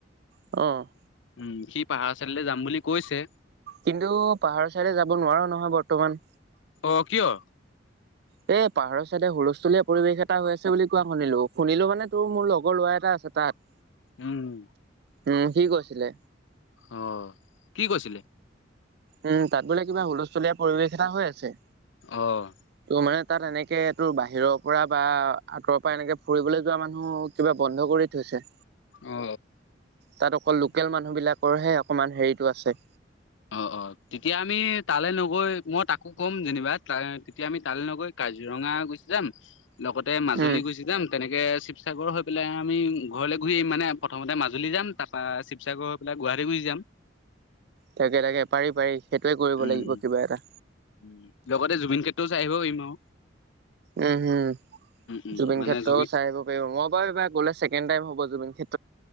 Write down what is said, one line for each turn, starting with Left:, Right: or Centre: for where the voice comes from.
Right: অ',
Left: উম, সি পাহাৰ চাইডৰলৈ যাম বুলি কৈছে
Right: কিন্তু, পাহাৰৰ ছাইে যাব নোৱাৰো নহয় বৰ্তমান
Left: অ', কিয়,?
Right: এ পাহাৰৰ চাইডে হুলস্থুলীয়া পৰিৱেশ এটা হৈ আছে বুলি কোৱা শুনিলো, শুনিলো মানে তোৰ মোৰ লগৰ ল'ৰা এটা আছে তাত।
Left: উম,
Right: উম, সি কৈছিলে।
Left: অ', কি কৈছিলে।
Right: উম তাত বোলে কিবা হুলস্থুলীয়া পৰিৱেশ এটা হৈ আছে।
Left: অঁ
Right: ত' মানে তাত এনেকে তোৰ বাহিৰৰ পৰা বা আঁতৰৰ পৰা এনেকে ফুৰিবলৈ যোৱা মানুহ, কিবা বন্ধ কৰি থৈছে।
Left: অ
Right: তাত অকল লোকেল মানুহবিলাকৰহে অকমান হেৰিতটো আছে।
Left: অঁ অঁ তেতিয়া আমি তালৈ নগৈ মই তাকো ক'ম যেনিবা। তেতিয়া আমি তালৈ নগৈ কাজিৰঙা গুচি যাম। লগতে মাজুলী
Right: উম
Left: গুচি যাম। তেনেকৈ শিৱসাগৰ হৈ পেলাই আমি ঘৰলৈ ঘূৰি মানে প্ৰথমতে মাজুলী যাম। তাৰপৰা শিৱসাগৰ, এইা গুৱাহাটী গুচি যাম।
Right: তাকে তাকে, পাৰি পাৰি সেইটোৱে কৰিব
Left: উম উম
Right: লাগিব কিবা এটা।
Left: উম, লগতে জুবিন ক্ষেত্ৰটোও চাই আহিব লাগিব আৰু
Right: উম হুম
Left: উম
Right: জুবিন
Left: মানে
Right: ক্ষেএ
Left: জুবি
Right: চাই আহিব মই বাৰুব গ'লে ছেকেণ্ড টাইম হ'ব জুবিন ক্ষেএ